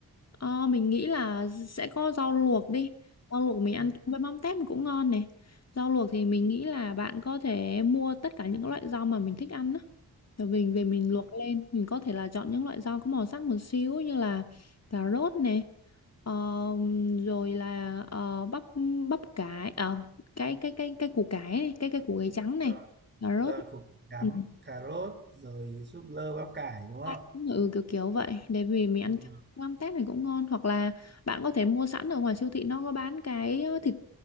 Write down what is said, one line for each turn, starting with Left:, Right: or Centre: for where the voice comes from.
Left: Ờ, mình nghĩ là sẽ có rau luộc đi. Rau luộc mình ăn
Right: Ừ,
Left: chung với mắm tép cũng ngon này. Rau luộc thì
Right: ừ,
Left: mình nghĩ là bạn có thể mua tất cả những loại rau mà mình thích ăn á. Rồi mình về mình
Right: ừ,
Left: luộc lên mình có thể là chọn những loại rau có màu sắc một xíu như là cà rốt này ờ, rồi là ờ, bắp bắp cải ờ, cái cái cái cái củ cải này, cái cái củ cải trắng này
Right: rồi,
Left: cà rốt
Right: rồi củ cắm,
Left: ừ,
Right: cà rốt, rồi súp lơ bắp cải đúng không?
Left: cay, ừ kiểu kiểu vậy để vì mình
Right: Ừ.
Left: ăn cho
Right: ừ.
Left: mắm tép này cũng ngon hoặc là bạn có thể mua sẵn ở ngoài siêu thị nó có bán cái ờ, thịt